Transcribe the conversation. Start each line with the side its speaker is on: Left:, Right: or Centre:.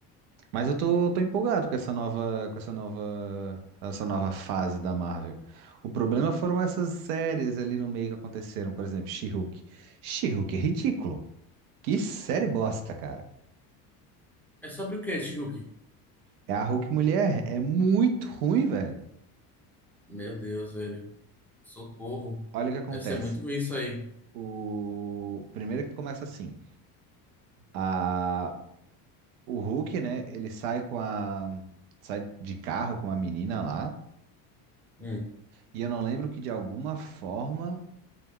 Right: Mas eu tô, tô empolgado com essa nova, com essa nova, essa nova fase da Marvel. O problema foram essas séries ali no meio que aconteceram, por exemplo, She-Hulk. She-Hulk é ridículo. Que série bosta, cara.
Centre: É sobre o quê, Shihuki?
Right: É a Hulk mulher é muito ruim, velho.
Centre: Meu Deus, velho. Socorro.
Right: Olha o que acontece.
Centre: Deve ser muito ruim isso aí.
Right: O primeiro que começa assim, a o Hulk, né, ele sai com a sai de carro com a menina lá,
Centre: Hum.
Right: e eu não lembro que de alguma forma